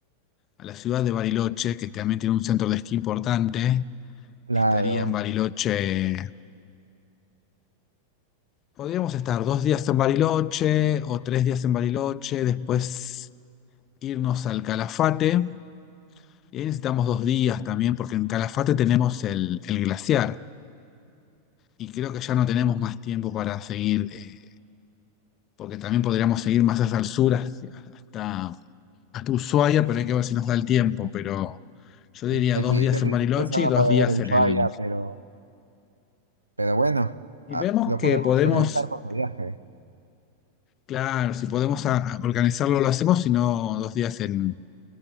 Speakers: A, on the left (about 30°); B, on the right (about 80°).
A: a la ciudad de Bariloche, que también tiene un centro de esquí importante.
B: claro.
A: Estaría en Bariloche Podríamos estar dos días en Bariloche o tres días en Bariloche, después irnos al Calafate. Y ahí necesitamos dos días también, porque en Calafate tenemos el, el glaciar. Y creo que ya no tenemos más tiempo para seguir, eh, porque también podríamos seguir más hacia el sur, hacia- hasta, hasta Ushuaia, pero hay que ver si nos da el tiempo. Pero yo diría
B: Qué, qué
A: dos
B: tri-
A: días
B: qué
A: en
B: tristeza
A: Bariloche y dos
B: no poder
A: días
B: ver Ushuaia,
A: en el...
B: pero, pero bueno,
A: Y
B: ah,
A: vemos
B: lo
A: que
B: podemos
A: podemos,
B: organizar para tu viaje.
A: claro, si podemos a- a organizarlo, lo hacemos, si no, dos días en